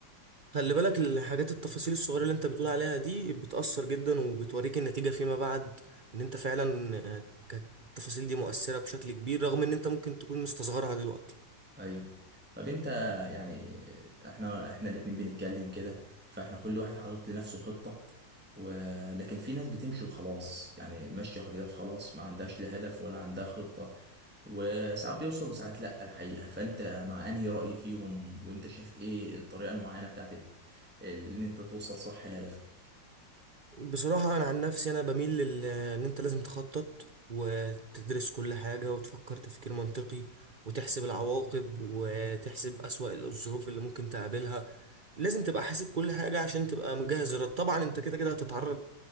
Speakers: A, on the right; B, in the centre.
A: خلي بالك الحاجات التفاصيل الصغيرة اللي انت بتقول عليها دي بتأثر جدا وبتوريك النتيجة فيما بعد ان انت فعلا آه، كانت التفاصيل دي مؤثرة بشكل كبير رغم ان انت ممكن تكون مستصغرها دلوقتي
B: ايوه طب انت يعني احنا احنا الاتنين بنتكلم كده فاحنا كل واحد حاطط لنفسه خطه ولكن في ناس بتمشي وخلاص يعني ماشيه كده خلاص ما عندهاش لا هدف ولا عندها خطه وساعات بيوصل وساعات لا الحقيقه فانت مع انهي راي فيهم وانت شايف ايه الطريقه المعينه بتاعت ال- اللي انت توصل صح لهدفك
A: بصراحة أنا عن نفسي أنا بميل لل... إن أنت لازم تخطط وتدرس كل حاجة وتفكر تفكير منطقي وتحسب العواقب وتحسب أسوأ الظروف اللي ممكن تقابلها لازم تبقى حاسب كل حاجة عشان تبقى مجهز الرد طبعا أنت كده كده هتتعرض